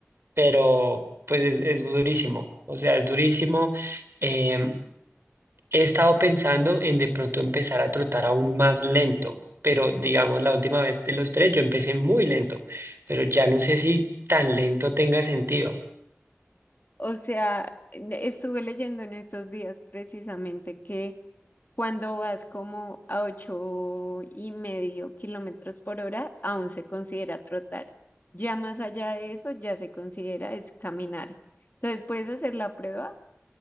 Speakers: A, on the right; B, on the left.
A: pero pues es, es durísimo, o sea, es durísimo. Eh, he estado pensando en de pronto empezar a trotar aún más lento, pero digamos, la última vez de los tres yo empecé muy lento, pero ya no sé si tan lento tenga sentido.
B: O sea, estuve leyendo en estos días precisamente que Cuando vas como a ocho y medio kilómetros por hora, aún se considera trotar. Ya más allá de eso, ya se considera es caminar. Entonces puedes hacer la prueba,